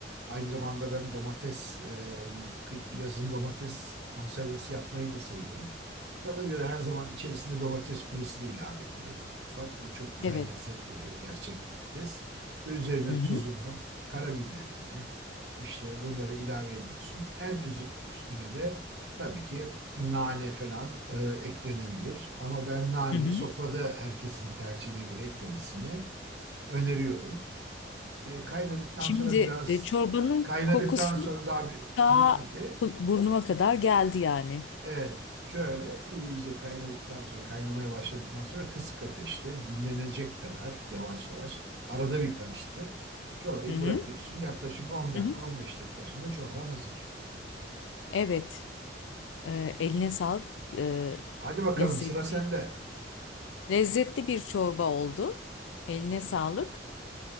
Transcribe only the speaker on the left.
Evet.
Hı
hı.
Hı hı.
Şimdi
e, çorbanın
kokusu
daha
bu- burnuma kadar geldi yani.
Hı hı.
Hı hı.
Evet. Ee, eline sağlık. Ee,
lezzetli.
Lezzetli bir çorba oldu. Eline sağlık.